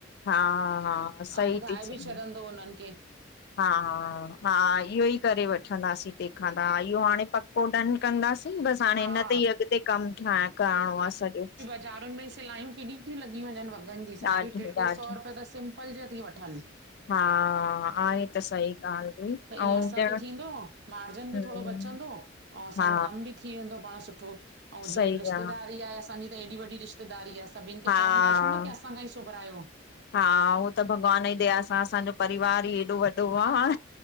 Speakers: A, on the left (about 55°); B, on the right (about 60°).
A: हा हा
B: अऊं
A: सही
B: ॿुधाए
A: थी चई
B: बि छॾंदो हुनन खे।
A: हा हा इहो ई करे वठंदासी तेंखां त, हा इहो हाणे पक्को डन। कंदासीं। बस हाणे
B: हा
A: हिन ते ई अॻते कम ठाहे करणो आ सॼो।
B: हज़ारुन में सिलायूं केॾि थी लॻी वञन वॻन जी। साढी
A: ॾाढो
B: ट्रे ट्रे
A: ॾाढो
B: सौ रुपया त सिम्पल जा ती वठन।
A: हा आहे त सही ॻाल्हि हुई ऐं
B: त ईंअ
A: ॼण
B: असांखे थींदो, मार्जन बि
A: हम्म
B: थोड़ो बचंदो। अऊं असांजो
A: हा
B: कम बि थी वेंदो पाण सुठो, अऊं जीअं
A: सही
B: रिश्तेदारी
A: आहे
B: आहे असांजी, त ऐॾी वॾी रिश् रिश्तेदारी आ, सभिन खे
A: हा
B: चवंदासी न कि असां खां ई सुभरायो।
A: हा, उओ त भॻवान जी दया सां असांजो परिवार ई एॾो व
B: हा
A: वॾो आ,